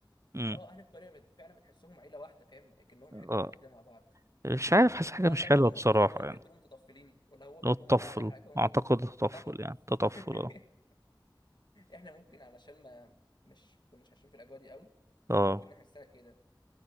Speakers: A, on the right; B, on the left.
A: امم
B: اه اهل القريه بت- فعلا بتحسهم عيله واحده فاهم كأنهم
A: اه
B: حاجه واحده كده مع بعض
A: مش عارف حاسس حاجة
B: ولا
A: مش حلوة
B: هم
A: بصراحة
B: ولا هم
A: يعني
B: بيكونوا متطفلين ولا هو بيكون
A: هو التطفل
B: ولا عليها حاجه هم
A: أعتقد
B: بيتطفل
A: التطفل
B: صح
A: يعني التطفل
B: <laughs>
A: اه
B: احنا ممكن علشان ما مش ما كناش عايشين في الاجواء دي قوي
A: اه
B: فممكن نحسها كده